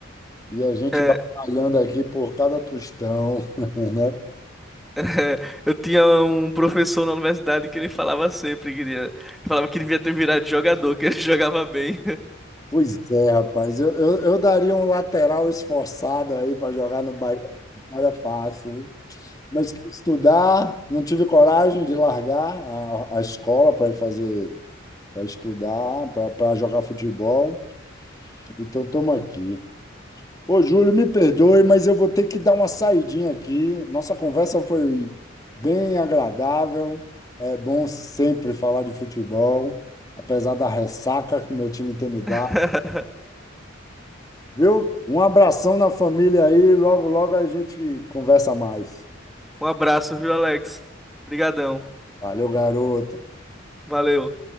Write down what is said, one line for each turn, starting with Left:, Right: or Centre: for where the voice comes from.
Left: E a gente
Centre: É,
Left: batalhando aqui por cada tostão, <laughs> né?
Centre: é, eu tinha um professor na universidade que ele falava sempre que ele, ele falava que ele devia ter virado jogador, que ele <laughs> jogava bem.
Left: Pois é, rapaz. Eu, eu, eu daria um lateral esforçado aí para jogar no Bahia. Não Era fácil, hein? Mas quis estudar, não tive coragem de largar a, a escola para ir fazer, para estudar, para jogar futebol. Então, estamos aqui. Ô, Júlio, me perdoe, mas eu vou ter que dar uma saidinha aqui. Nossa conversa foi bem agradável. É bom sempre falar de futebol, apesar da ressaca que meu time tem me dado,
Centre: <laughs>
Left: viu? Um abração na família aí, logo, logo a gente conversa mais.
Centre: Um abraço, viu, Alex? Obrigadão.
Left: Valeu, garoto.
Centre: Valeu.